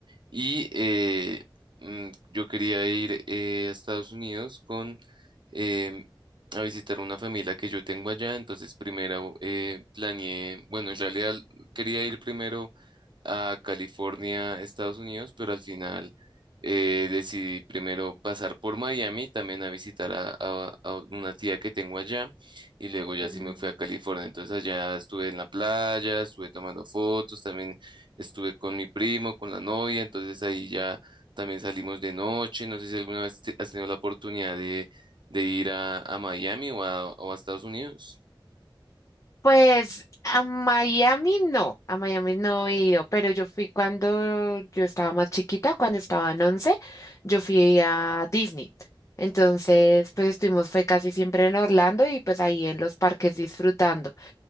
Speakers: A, on the right; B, on the left.
A: Y eh, mm, yo quería ir eh, a Estados Unidos con em, a visitar una familia que yo tengo allá. Entonces, primero eh, planeé, bueno, en realidad quería ir primero a California, Estados Unidos, pero al final eh, decidí primero pasar por Miami, también a visitar a, a- a una tía que tengo allá, y luego ya
B: Mm.
A: sí me fui a California. Entonces allá estuve en la playa, estuve tomando fotos, también estuve con mi primo, con la novia, entonces ahí ya también salimos de noche. No sé si alguna vez te- has tenido la oportunidad de, de ir a, a Miami o a, o a Estados Unidos.
B: Pues a Miami no, a Miami no he ido, pero yo fui cuando yo estaba más chiquita, cuando estaba en 11, yo fui a Disney. Entonces, pues estuvimos, fue casi siempre en Orlando y pues ahí en los parques disfrutando,